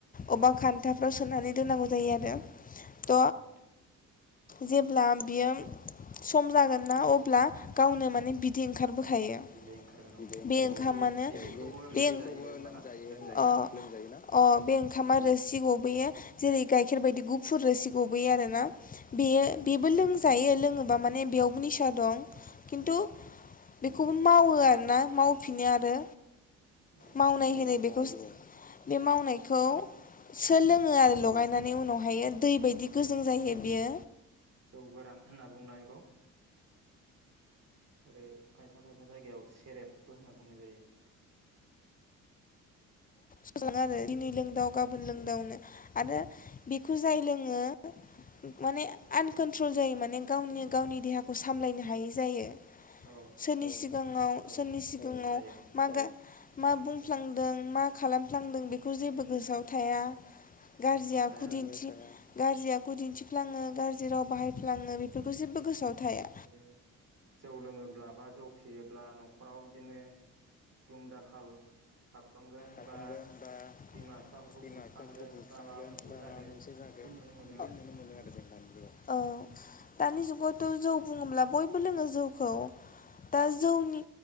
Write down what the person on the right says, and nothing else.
औ औ
बिदै ओंखारगोन औ
औ बिदैखौबो
लोंजायो
होमबाना लोंजायोना
उम
उम
औ
उम
औ
मावो
औ
उम
औ
जौ गोरान होनना बुङोना बेखौ आरो खायफा खायफा जायगायाव सेरेबबो होनना बुंनाय जायो।
उम
औ
औ
जायो
ओहो थाया
आरो जौ लोङोब्ला बा जौ फेयोब्ला नख'राव बिदिनो दुम दाखाल खालामगोन
बा
बिमा बिफाफोरखौ
बुफ्रांगोन
बा माबा मोनसे
जागोन
बिदि नुनो मोनो
आरो
जों दानि
जुगाव
उम